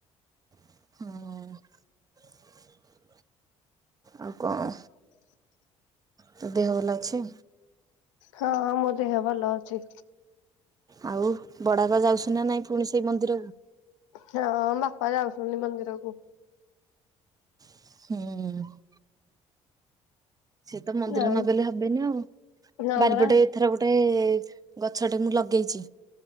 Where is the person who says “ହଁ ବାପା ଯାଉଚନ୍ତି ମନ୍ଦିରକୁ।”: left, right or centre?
Left